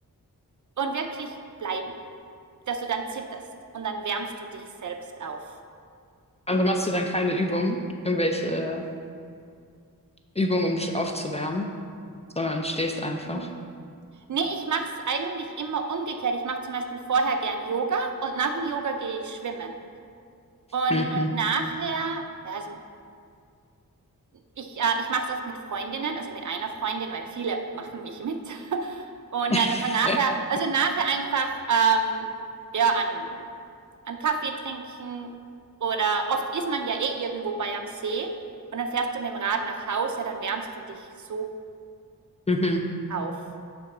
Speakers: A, on the right; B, on the left.
A: und wirklich bleiben, dass du dann zitterst und dann wärmst du dich selbst auf.
B: Also machst du dann keine Übung, irgendwelche Übungen, um dich aufzuwärmen, sondern stehst einfach.
A: Mhm. Nee, ich mache es eigentlich immer umgekehrt. Ich mache zum Beispiel vorher gern Yoga und nach dem Yoga gehe ich schwimmen. Und,
B: Mhm.
A: und nachher, ja, also Ich, äh, ich mache es oft mit Freundinnen, also mit einer Freundin, weil viele machen nicht mit. <laughs> Und dann wenn
B: <laughs>
A: man nachher, also nachher einfach ähm, ja, an, an Kaffee trinken oder oft ist man ja eh irgendwo bei am See und dann fährst du mit dem Rad nach Hause, dann wärmst du dich so
B: Mhm.
A: auf.